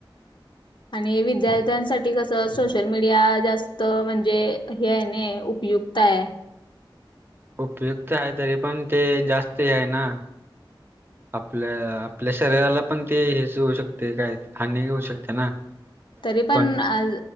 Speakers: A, on the left; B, on the right.
A: आणि विद्यार्थ्यांसाठी कसं सोशल मीडिया जास्त म्हणजे हे आहे नाय उपयुक्त ताय.
B: उपयुक्त आहे तरी पण ते जास्त हे आहे ना. आपल्या आपल्या शरीराला पण ते हेच होऊ शकते काय हानी होऊ शकते ना.
A: तरी पण
B: कोण
A: आज